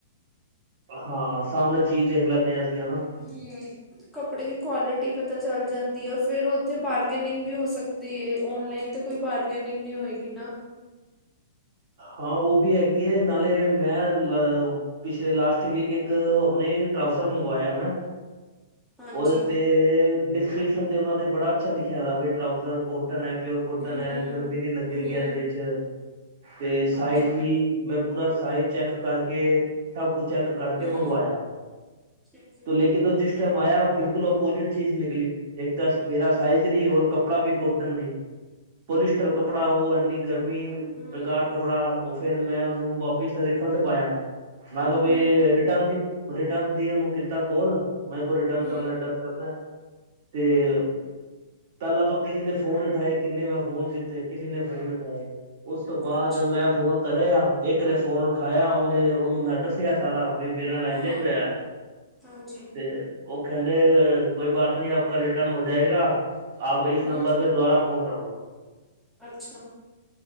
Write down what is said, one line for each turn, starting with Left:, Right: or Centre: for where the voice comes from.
Right: ਹਾਂ ਸਾਮਣੇ ਚੀਜ਼ ਦੇਖ ਲੈਂਨੇ ਆਂ ਅਸੀਂ, ਹੈਣਾ!
Centre: ਹੂੰ, ਕੱਪੜੇ ਦੀ ਕੁਆਲਿਟੀ ਪਤਾ ਚੱਲ ਜਾਂਦੀ ਏ ਔਰ ਫੇਰ ਓਥੇ ਬਾਰਗਨਿੰਗ ਵੀ ਹੋ ਸਕ ਦੀ ਔਨਲਾਈਨ ਤੇ ਕੋਈ ਬਾਰਗਨਿੰਗ ਨੀ ਹੋਏਗੀ ਨਾ।
Right: ਹਾਂ ਓ ਵੀ ਹੈਗੀ ਏ ਨਾਲੇ ਮੈਂ ਲ ਪਿਛਲੇ ਲਾਸਟ ਵੀਕ ਇੱਕ ਓ ਅਪਣੇ ਟਰਾਓਜਰ ਮੰਗਵਾਇਆ ਮੈਂ
Centre: ਹਾਂਜੀ
Right: ਓਦੇ ਤੇ ਡਿਸਕ੍ਰਿਪਸ਼ਨ ਤੇ ਉਨਾਂ ਦੇ ਬੜਾ ਅੱਛਾ ਲਿਖਿਆ ਦਾ ਵੇ ਟਰਾਓਜਰ ਕੋਟ ਕੋਟਨ ਐ, ਪਿਓਰ ਕੋਟਨ
Centre: ਹਮ
Right: ਐ ਗਰਮੀ ਨੀ ਲੱਗੇਗੀ
Centre: ਹਮ
Right: ਐਦੇ ਵਿੱਚ। ਤੇ ਸਾਈਜ਼
Centre: ਹਾਂਜੀ
Right: ਵੀ, ਮੈਂ ਪੂਰਾ ਸਾਈਜ਼ ਚੈੱਕ ਕਰਕੇ ਸਭ ਕੁਛ ਚੈੱਕ ਕਰਕੇ
Centre: ਹਮ
Right: ਮੰਗਵਾਇਆ।
Centre: ਠੀਕ ਹੈ
Right: ਤੂੰ ਲੇਕ ਕਿਨ ਓ ਜਿਸ ਟਾਈਮ ਆਇਆ, ਓ ਬਿਲਕੁਲ ਅਪੋਜਿਟ ਚੀਜ਼ ਨਿਕਲੀ। ਏਕ ਤਾਂ ਮੇਰਾ ਸਾਈਜ਼ ਨੀਂ ਔਰ ਕੱਪੜਾ ਵੀ ਕੋਟਨ ਨਈਂ। ਪੋਲੀਸਟਰ ਕਪੜਾ ਔਰ ਐਨੀ ਗਰਮੀ।
Centre: ਹਮ
Right: ਬੇਕਾਰ ਕੱਪੜਾ, ਓ ਫੇਰ ਮੈਂ ਓਨੂੰ ਵਾਪਿਸ ਰਿਫੰਡ ਪਾਇਆ। ਮੈਂ ਕਾ ਬਈ
Centre: ਹਮ
Right: ਰਿਟਰਨ ਦੀ, ਰਿਟਰਨ ਦੀ ਓਨੂੰ ਕੀਤਾ ਕੋਲ ਮੈਰੇ ਕੋ ਰਿਟਰਨ ਕਰਨੈ-ਰਿਟਰਨ
Centre: ਹਮ
Right: ਕਰਨੈ, ਤੇ
Centre: ਹਮ
Right: ਪੈਲਾਂ ਤੋਂ ਕਿਸੇ ਨੇ ਫੋਨ ਨੀ ਉਠਾਏ। ਕਿੰਨੇ ਮੈਂ ਫੋਨ ਕੀਤੇ, ਕਿਸੇ ਨੇ ਫੋਨ ਨੀ ਉਠਾਏ। ਉਸ ਤੋਂ ਬਾਦ
Centre: ਅੱਛਾ
Right: ਮੈਂ ਫੋਨ ਕਰੇਯਾ ਇੱਕ ਨੇ ਫੋਨ ਉਠਾਇਆ ਓਨੇ-ਓਨੂੰ ਮੈਂ ਦੱਸਿਆ ਸਾਰਾ। ਬਈ ਮੇਰੇ ਨਾਲ ਐਂਜ
Centre: ਹਾਂ
Right: ਐਂਜ ਹੋਇਆ,
Centre: ਹਾਂਜੀ
Right: ਤੇ ਓ ਕੈਂਦੇ ਕੋਈ ਬਾਤ ਨੀਂ ਆਪਕਾ ਰਿਟਰਨ ਹੋ ਜਾਏਗਾਰ, ਆਪ ਇਸ
Centre: ਹਮ
Right: ਨੰਬਰ ਸੇ ਦੁਬਾਰਾ ਫੋਨ ਕਰਲੋ।
Centre: ਅੱਛਾ।